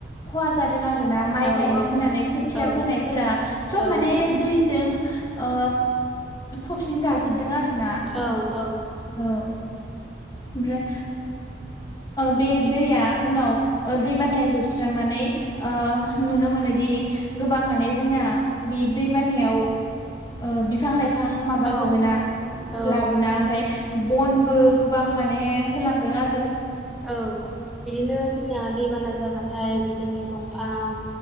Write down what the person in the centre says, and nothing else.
औ
औ
औ
औ
औ औ
बि
औ औ
औ बिदिनो जोंनिया दैबाना जाबाथाय बिदिनो दंफां